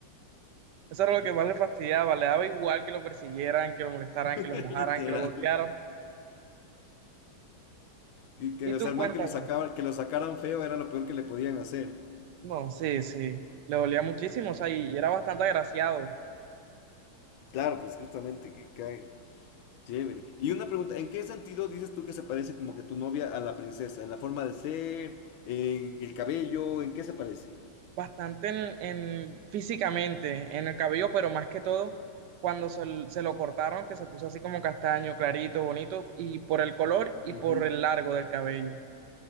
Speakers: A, on the right (about 70°); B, on the left (about 75°).
A: eso era lo que más le fastidiaba, le daba igual que lo persiguieran, que lo molestaran,
B: <laughs>
A: que lo mojaran,
B: Literal.
A: que lo golpearan.
B: Que, que,
A: Y
B: o
A: tú
B: sea, el
A: cuéntame.
B: man que lo, sacaba, que lo sacaran feo era lo peor que le podían hacer.
A: No, sí, sí, le dolía muchísimo, o sea, y era bastante agraciado.
B: Claro, pues justamente, que cague. Chévere. Y una pregunta, ¿en qué sentido dices tú que se parece como que tu novia a la princesa? ¿En la forma de ser? ¿En el cabello? ¿En qué se parece?
A: bastante en, en- físicamente, en el cabello, pero más que todo cuando se, l- se lo cortaron, que se puso así como castaño, clarito, bonito, y por el color y
B: Ujú.
A: por el largo del cabello.